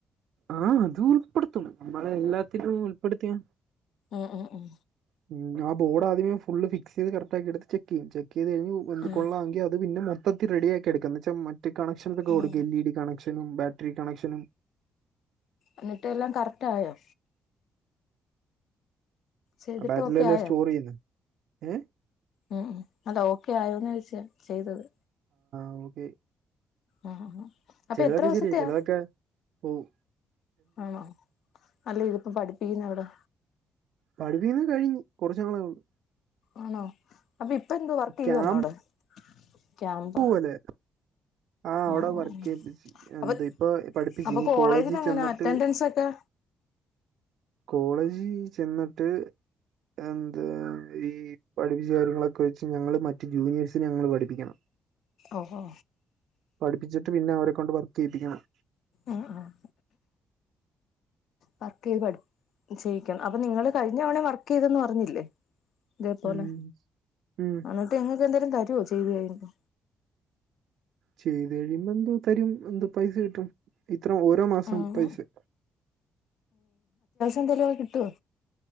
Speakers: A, on the right (about 75°); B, on the left (about 70°).
A: ആ അത് ഉൾപ്പെടുത്തും നമ്മളെ എല്ലാത്തിനും ഉൾപ്പെടുത്തിയ
B: ഏഹ് ഏഹ് ഉം
A: ഉം ആ ബോർഡ് ആദ്യമെ ഫുള്ള് ഫിക്സ്യ്ത് കറക്റ്റാക്കി എട്ത്ത് ചെക്ക്യ്യ് ചെ <unintelligible>
B: ഉം ഉം
A: കൊള്ളാമെങ്കിൽ അത് പിന്നെ മൊത്തത്തി റെഡിയാക്കി എടുക്കാന്ന് വച്ചാ മറ്റ് കണക്ഷൻസൊക്കെ കൊടുക്കി
B: ഉം
A: എൽ ഇ ഡി കണക് ക്ഷനും ബാറ്ററി കണക്ഷനും
B: എന്നിട്ട് എല്ലാം കറക്റ്റ് ആയോ ചെയ്തിട്ട്
A: ആ ബാറ്റില്
B: ഓക്കെ
A: എല്ലാ
B: ആയോ
A: സ്റ്റോർ ചെയ്യുന്നേ ഏഹ്
B: ഉം അല്ല ഓക്കെ ആയോന്നോ ചേയ്ച്ചെ ചെയ്തത്
A: നമുക്ക്
B: ആ ആ അപ്പൊ
A: ചിലതൊക്കെ
B: എത്ര ദിവസത്തെയാ
A: ശെരിയ ചിലതൊക്കെ പോവും
B: ആണോ അല്ല ഇതിപ്പം പഠിപ്പിക്കുന്നു എവിടെ
A: പഠിപ്പിക്ക്ന്നെ കഴിഞ്ഞ് കൊറച്ച് നാളെ ഒള്ളു
B: ആണോ അപ്പം ഇപ്പോ ഏന്തോ വർക്ക് ചെയ്യും
A: ക്യാമ്പ്
B: വണോ അവിടെ ക്യാമ്പ്
A: പോലെ ആ അവിടെ
B: ആഹ് ആഹ്
A: വർക്ക് ചെയ്യിപ്പിച്ച് എന്ത്
B: അപ്പം
A: ഇപ്പൊ പഠിപ്പിച്ച്
B: അപ്പൊ
A: ഇനി
B: കോളേജിലെ
A: കോളേജിൽ
B: എങ്ങനെ
A: ചെന്നിട്ട്
B: അറ്റൻഡൻസ് ഒക്കെ
A: കോളേജ് ചെന്നിട്ട് എന്ത് ഈ പഠിപ്പിച്ച കാര്യങ്ങളൊക്കെ വെച്ച് ഞങ്ങള് മറ്റു ജൂനിയെയ്സിനെ ഞങ്ങള് പഠിപ്പിക്കണം
B: ഓഹോ
A: പഠിപ്പിച്ചിട്ട് പിന്നെ അവരെ കൊണ്ട് വർക്ക് ചെയ്യിപ്പിക്കണം
B: ആ ഹ് ആഹ് വർക്ക് ചെയ്യ് പഠി ചെയ്യിക്കണം അപ്പൊ നിങ്ങള് കഴിഞ്ഞതവണയും വർക്ക് ചെയ്തന്ന് പറഞ്ഞില്ലേ ഇതേപോലെ
A: ഉം ഉം
B: അന്നിട്ട് നിങ്ങക്ക് എന്തേലു തരൊ- ഓഹ് ചെയ്ത് കഴിഞ്ഞിട്ട്
A: ചെയ്ത് കഴിയുമ്പ എന്തോ തരും എന്തോ പൈസ കിട്ടും ഇത്ര ഓരോ മാസം
B: ഉം
A: പൈസ-
B: എന്തെലോക്കെ കിട്ടുവോ